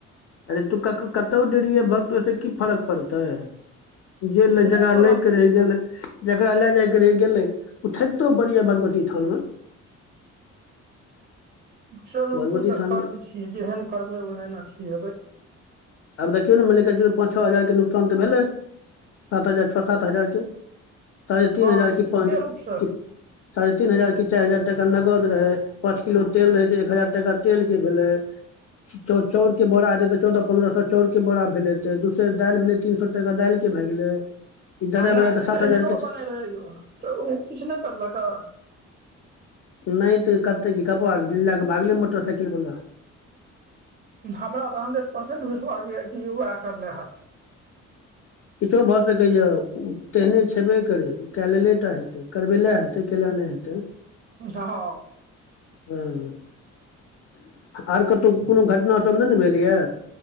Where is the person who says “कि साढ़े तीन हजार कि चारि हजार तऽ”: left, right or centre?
Left